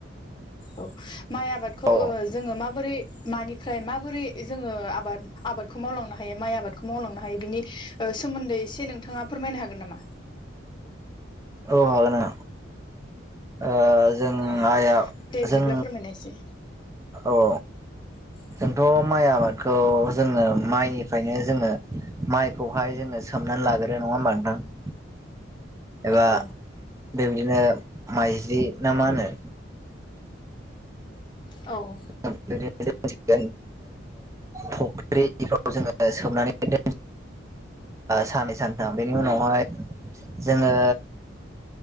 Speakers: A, on the left (about 25°); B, on the right (about 15°).
A: औ। माइ आबादखौ
B: औ
A: ओ- जोङो माबोरै मानिफ्राय माबोरै। जोङो आबाद आबादखौ मावलांनो हायो माइ आबादखौ मावलांनो हायो बिनि ओ- सोमोन्दै एसे नोंथाङा। फोरमायनो हागोन नामा।
B: औ नो ओ- जों
A: औ
B: आइआ
A: दे बिदिब्ला
B: जों
A: फोरमायनाय एसे
B: औ।
A: <inaudible>
B: जोंथ माइ आबादखौ जोङो माइनिफ्रायनो जोङो माइखौहाय जोङो। सोमना लागोरो नङा होमबा नोंथां। एबा
A: औ
B: बेबायदिनो माइजलि ना मा होनो।
A: औ
B: <unintelligible> फख्रिफ्राव जोङो सोमनानै दोन साननै सानथाम बेनि उनावहाय जोङो।